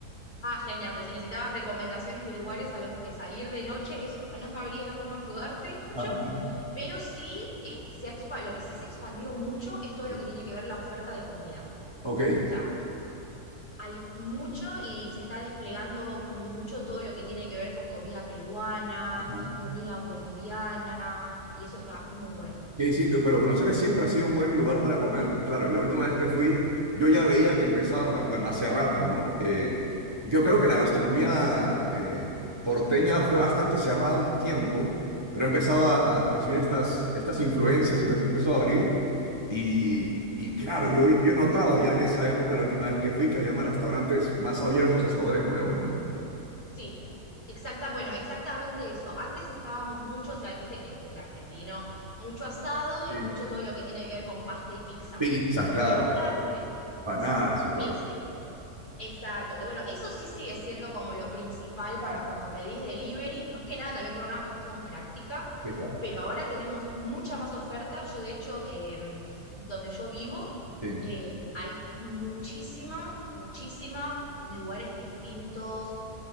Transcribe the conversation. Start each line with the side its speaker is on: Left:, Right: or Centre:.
Left: ah, genial, pues si necesitabas recomendaciones de lugares a los que salir de noche, eso no sabría cómo ayudarte mucho,
Right: Ajá.
Left: pero sí, eh, se ha expa- lo que sí se ha expandido mucho es todo
Right: Sí.
Left: lo que tiene que ver la oferta de comida.
Right: Ok.
Left: O sea, Hay mucho y se está desplegando mucho todo lo que tiene que ver con comida peruana,
Right: Ajá.
Left: comida boliviana, y eso está muy bueno.
Right: Sí, sí, pero Buenos Aires siempre ha sido un buen lugar para comer. Claro, la última vez que fui, yo ya veía que empezaba, o sea, bueno, hace rato, ¿no? Eh, yo creo que la gastronomía eh, porteña fue bastante cerrada un tiempo, pero empezaba a a recibir estas, estas influencias y las empezó a abrir. Y, y claro, yo, yo he notado ya en esa época, la última vez que fui, que había más restaurantes más abiertos a sabores nuevos, ¿no?
Left: Sí, exacta, bueno, exactamente eso. Antes estábamos mucho, o sea, viste que el argentino, mucho asado
Right: Sí.
Left: y mucho todo lo que tiene que ver con pasta y pizza.
Right: Pizzas, claro,
Left: Y ahora re-
Right: panadas
Left: Sí.
Right: y todo
Left: Pizza
Right: eso.
Left: que es. Exacto, que bueno, eso sí sigue siendo como lo principal
Right: Claro,
Left: para cuando pedís delivery, más que nada también por una cuestión práctica,
Right: sí, claro,
Left: pero ahora tenemos mucha más oferta. Yo, de hecho, em, donde yo vivo,
Right: sí.
Left: eh, hay muchísima, muchísima lugares distintos